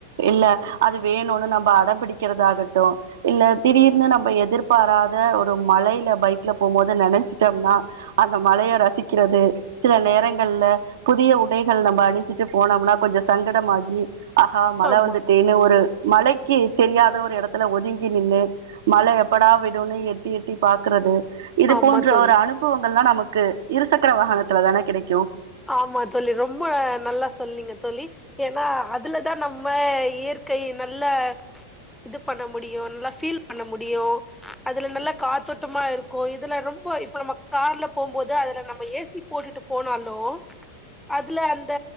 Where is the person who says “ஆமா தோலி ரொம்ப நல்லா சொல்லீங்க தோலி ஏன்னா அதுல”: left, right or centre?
Centre